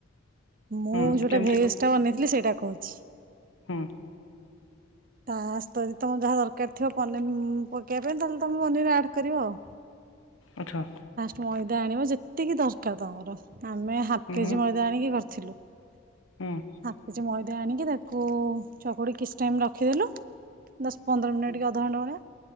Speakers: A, on the right; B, on the left.
A: ମୁଁ
B: ହୁଁ
A: ଯୋଉଟା
B: କେମିତି
A: ଭେଜ୍
B: କଣ
A: ଟା ବନେଇଥିଲି ସେଇଟା କହୁଛି।
B: ହୁଁ
A: ତା <unintelligible> ଯାହା ଦର୍ ଥିବ ପନିର ପକେଇବା ପାଇଁ ତମ ମନି ରେ ଆଡ୍ କରିବ ଆଉ
B: ଆଚ୍ଛା
A: ଫାଷ୍ଟ୍ <unintelligible> ଆଣିବ ଯେତିକି ଦ ଆଉ ତମର ଆମେ ହାପ୍
B: ହୁଁ
A: କେଜି
B: ହୁଁ
A: ମଇଦା ଆଣିକି କରିଥିଲୁ। <inaudible>
B: ହୁଁ
A: ହାପ୍ କେଜି ମଇଦା ଆଣିକି ତା କୁ ଚକୁଡ଼ି କିଛି ଟାଇମ୍ ରଖିଦେଲୁ। ଦଶ ପନ୍ଦର ମିନିଟ୍ ରୁ ଅ